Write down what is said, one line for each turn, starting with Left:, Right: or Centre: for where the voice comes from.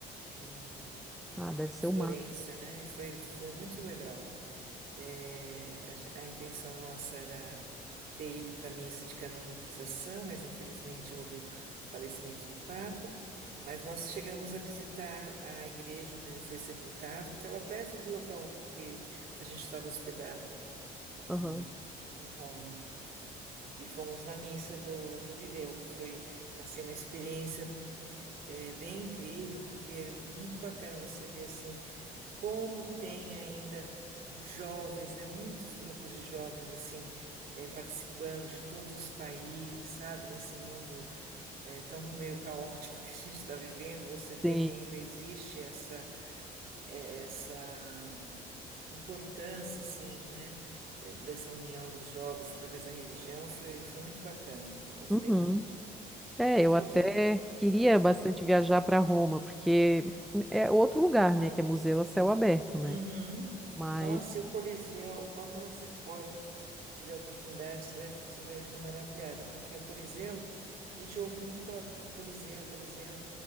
Right: E,
Centre: Ah, deve ser
Right: e Florença,
Centre: o mar.
Right: né? Foi, foi muito legal. É, a, ge- a intenção nossa era ter ido para a missa de canonização, mas infelizmente houve o falecimento do Papa. Mas nós chegamos a visitar a igreja onde ele foi sepultado, que estava perto do local que a gente estava hospedado em,
Centre: Aham.
Right: em Roma. E fomos na missa do Jubileu, que foi assim uma experiência eh, bem incrível, porque é muito bacana você ver assim como tem ainda jovens, né? Muitos grupos de jovens assim eh, participando de todos os países, sabe? Nesse mundo eh, tão meio caótico <laughs> que a gente está vivendo, você vê
Centre: Sim.
Right: que ainda existe essa eh, essa importância, assim, né? eh, Dessa união dos jovens através da religião foi, foi muito bacana, gostei
Centre: Uhum.
Right: muito.
Centre: É, eu até
Right: E que,
Centre: queria bastante viajar para Roma, porque é outro lugar, né, que é museu a céu aberto, né?
Right: Uhum.
Centre: Mas
Right: Nossa, e o Coliseu, quando você for, tiver a oportunidade, você vai, você vai ficar maravilhada, porque o Coliseu, a gente ouve muito falar do Coliseu, Coliseu,